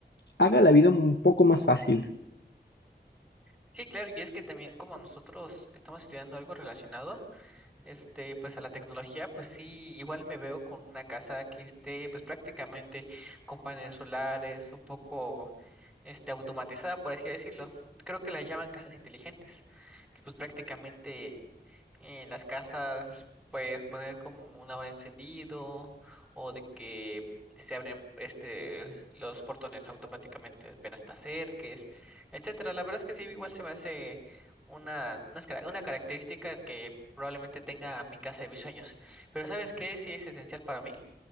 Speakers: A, on the left (about 70°); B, in the centre.
A: haga la vida un poco más fácil.
B: Sí, claro, y es que también como nosotros estamos estudiando algo relacionado este, pues a la tecnología, pues sí, igual me veo con una casa que esté pues prácticamente con paneles solares, un poco este automatizada, por así decirlo. Creo que la llaman casas inteligentes, que pues prácticamente en las casas puedes poner como una hora encendido o de que se abren este los portones automáticamente apenas te acerques, etcétera. La verdad es que sí, igual se me hace una, unas cara- una característica que probablemente tenga mi casa de mis sueños. Pero ¿sabes qué? Sí es esencial para mí